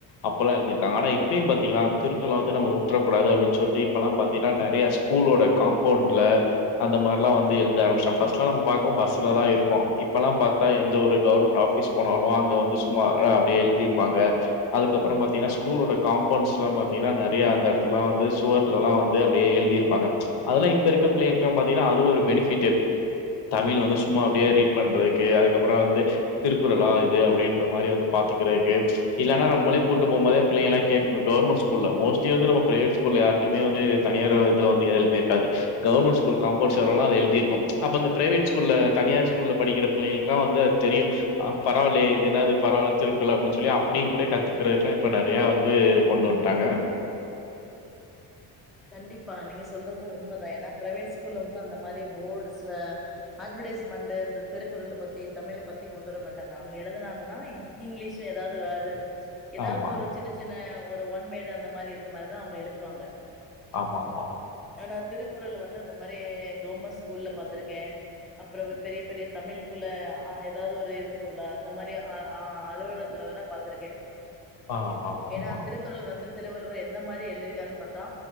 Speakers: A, on the left; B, in the centre.
A: அப்பல்லா எழுதியிருக்காங்க ஆனா இப் ப்பியுபாத்திங்களாந் திருக்குளவந்து நம்பவுட்ரகூடாது அப்டின்சொல்ட்டு இப்பலா பாத்தீனா நெறைய ஸ்கூலோட காம்பவுண்ட்ல அந்த மார்லா வந்து எழுத ஆரமிச்டாங் ஃபஸ்ட்லா நாம்மோ பாக்கும்போ பஸ்ஸுலதா இருக்கு இப்பலா பாத்தா எந்தஒரு கவர்மண்ட் ஆஃப் பிஷ் போனாலு அங்கவந்து சுமா அப்டியே எழுதிர்பாங்க அதுகப்றபாத்திங்னா ஸ்கூலோட காம்பண்ட்ஸ்ல பாத்தீங்னா நெறய அந்த எடத்துலாவந்து சுவர்லலா வந்து அப்டே எழுதிர்பாங்க அதுலா இப்பஇருக்க பிள்ளைங்க்லா பாத்தீங்னா அது ஒரு பெனிஃபிட்டு தமிழ் வந்து சும்மா அப்டே ரீட் பண்றதுக்கு அதுகப்றோ வந்து திருக்குறளா இது அப்டீன்றமாரி வந்து பாத்துக்குறகு இல்லனா நம்மளே கூட்டு போம்போதே பிள்ளைங்களா கேக்மு கவர்மண் ஸ்கூல்ல மோஸ்ட்லி அது நம்ம ப்ரைவேட் ஸ்கூல்ல யார்ட்யுமே வந்து தனியார் இது <unintelligible> எதிலுமே இருக்காது கவர்மெண்ட் ஸ்கூல்ல காம்போண்ட் செவுரல்ல அது எழுதி இருக்கு அப்ப இந்த பிரைவேட் ஸ்கூல்ல தனியார் ஸ்கூல் ல படிக்கிற பிள்ளைங்களுக்ளா வந்து அது தெரியு அ பரவால்லே இது என்னாது பரவால திருக்குறள் அப்டின் சொல்லி அப்டியுகூட கத்துகறதக்லா இப்ப நெறயா வந் து கொண்டுவன்டாங்க
B: கண்டிப்பா நீங்கசொல்றது உண்மதா என்னா ப்ரைவெட் ஸ்கூல்ல வந்அந்த மாரி போட்ஸ அட்வடைஸ்மண்ட் இந்த திருக்குறள பத்தி தமிழபத்தி கொண்டு வரமாட்டாங்க அவுங்க எழுதுனாங்கனா ஹிந் இங்கிலீஷ ஏதாது வேரு எதாவது
A: ஆமா
B: ஒரு சின்ன சின்ன ஒரு ஒன்வேடு அந்த மாரிருக்கு மாரிதா அவுங்க எழுதுவாங்க
A: ஆமாமா
B: ஆனா திருக்குறள்ல வந்து அந்த மாரி கவர்மெண்ட் ஸ்கூல்ல பாத்துருக்கே அப்புறமா பெரிய பெரிய தமிழ்குள்ள அ ஏதாவது ஒரு இருக்கும்ல அந்த மாதிரி அ அ அலுவலகத்துலவேனா பாத்துருக்கே.
A: ஆ ஆமா
B: ஏனா
A: ஆமா
B: திருக்குறள் வந்து திருவள்ளுவர் எந்த மாரி எழுதிருக்காருன்னு பாத்தா